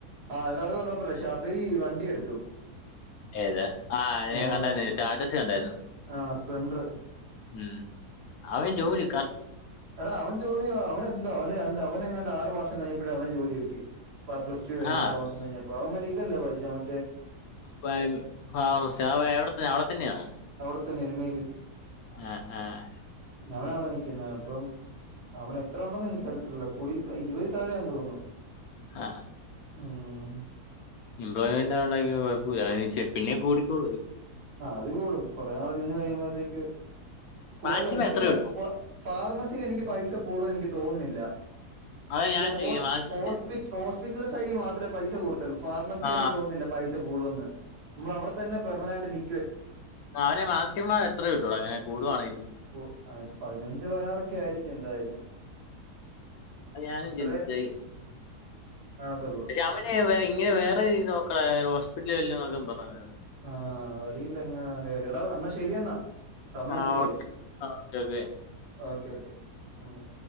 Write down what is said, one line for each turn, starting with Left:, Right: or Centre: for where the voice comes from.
Right: ആഹ് എട അത് പറഞ്ഞപ്പയ ശബരി വണ്ടി എടുത്തു
Left: ഏത് ആഹ്
Right: ഏഹ്
Left: ഞാൻ കണ്ടായിര്ന്ന് റ്റാറ്റസ് കണ്ടായിര്ന്നു
Right: ആഹ് സ്പ്ലെണ്ടർ
Left: ഉം അവൻ ജോലി കർ
Right: എട അവൻ ജോലിയ്യുവ അവനെ എന്താ അവന് രണ്ട് അവനെങ്ങാണ്ട് ആറു മാസം കഴിഞ്ഞപ്പള് അവന് ജോലി കിട്ടി ഇപ്പ പ്ലസ് ടു കഴിഞ്ഞ
Left: ആ
Right: ആറ് മാസം കഴിഞ്ഞപ്പോ അവ മറ്റേ ഇതല്ലേ പഠിച്ചേ മ
Left: വഴം ആഹ് ഉഷാവ എവടെ തന്നെയ അവടെ തന്നെയാണോ
Right: അവിടെ തന്നെ എരുമേലി
Left: ആഹ് ആഹ്
Right: ഞവന് വിടെ നിക്കിന്നെ അപ്പം അവൻ എത്ര ഒണ്ടെന്ന് എനിക്കറിയത്തില്ലല്ലോ കുടി ഇരുവഹ് തായെന്തോന്നുന്നു
Left: ആഹ്
Right: ഉം
Left: എംപ്ലോയ്മെന്റ് <unintelligible> കൊഴപ്പൊല്ല <unintelligible> പിന്നെ കൂടി കൂ
Right: ആഹ് അത് കൂടും കൊറെ നാള് നിന്ന് കഴിയുമ്പഴ്ത്തേക്ക് കു
Left: മാക്സിമം
Right: അല്ല എനിക്ക്
Left: എത്ര
Right: അതാ
Left: കിട്ടും?
Right: പോ ഫാർമസില് എനിക്ക് പൈസ കൂടുന്ന് എനിക്ക് തോന്ന്ന്നില്ല
Left: അതാ ഞാൻ
Right: ഈ ഹോ
Left: ചോദിക്കുന്നത് മാക്സി
Right: ഹോസ് പിറ്റ് ഹോസ്പിറ്റൽ സൈഡി മാത്രമേ പൈസ കൂടത്തൊള്ളൂ ഫാർമസിൽ
Left: ആ
Right: എനിക്ക് തോന്നുന്നില്ല പൈസ കൂടു എന്ന് മ്മള അവിടെ തന്നെ പെർമനന്റയിട്ട് നി
Left: മാനെ മാക്സിമം എത്ര കിട്ടൂടാ ഇങ്ങനെ കൂടുവാണെങ്കി
Right: പൂ പതിനഞ്ച് പതിനാറൊക്കെ ആയിരിക്കും എന്തായാലും
Left: അത് ഞാനും
Right: അത്രേ
Left: ചിന്തിച്ചേ.
Right: കാണത്തൊള്ളൂ
Left: രാമനെവെ ഇങ്ങനെ വേറെത് നോക്ക്ണേ ഹോസ്പിറ്റലിൽ വല്ലം നോക്കാ പറ അവ
Right: ആഹ് അറിയില്ല അങ്ങനെ അവന്റെ കാര്യം എടാ എന്നാ ശരിയ എന്നാ സമയം
Left: ആ
Right: ഒത്തിരിയായി
Left: ഓക്കെ. ആ ഓക്കെ, ഓക്കെ.
Right: ഓക്കെ ഓക്കെ ഉം